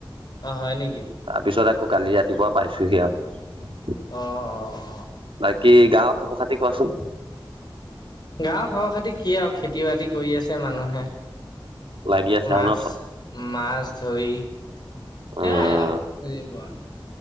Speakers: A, on the left; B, on the right.
A: অ' হয় নেকি?
B: তাৰপিছত আকৌ কালি ৰাতিপুৱা পাইছোহি আৰু।
A: অহ, অহ।
B: বাকী গাঁৱৰ খবৰ-খাতি কোৱাচোন?
A: গাঁৱৰ খবৰ-খাতি কি আৰু? খেতি-বাতি কৰি আছে মানুহে,
B: লাগি আছে
A: মাছ
B: আৰু ন চব
A: মাছ ধৰি সেইয়াই
B: উম
A: আৰু জীৱন।